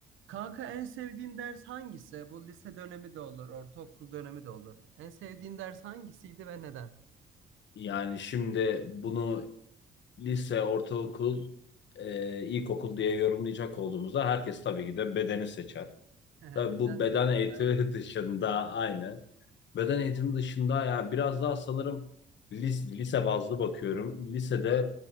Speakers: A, on the right; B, on the left.
A: Kanka en sevdiğin ders hangisi? Bu lise dönemi de olur, ortaokul dönemi de olur. En sevdiğin ders hangisiydi ve neden?
B: Yani şimdi bunu lise, ortaokul, e, ilkokul diye yorumlayacak olduğumuzda herkes tabii ki de bedeni seçer.
A: <laughs> Hehe,
B: Tabii
A: Beden
B: bu beden
A: dışında.
B: eğitimi
A: evet.
B: <laughs> dışında aynen. Beden eğitimi dışında yani biraz daha sanırım lis- lise bazlı bakıyorum. Lisede